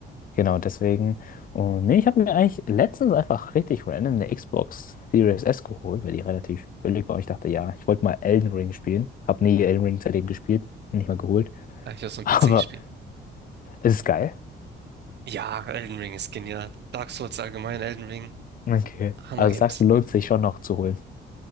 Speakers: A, on the left; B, on the right.
A: Genau, deswegen. Und nee, ich habe mir eigentlich letztens einfach richtig random eine Xbox Series S geholt, weil die relativ billig war. Und ich dachte, ja, ich wollte mal Elden Ring spielen. Hab nie Elden Ring seitdem gespielt, nicht mal geholt.
B: Hab Ich
A: <laughs>
B: habe es am
A: Aber.
B: PC gespielt.
A: Ist es geil?
B: Ja, Elden Ring ist genial. Dark Souls allgemein, Elden Ring,
A: Okay.
B: Hammer
A: Also
B: Games.
A: sagst du, lohnt sich schon noch zu holen.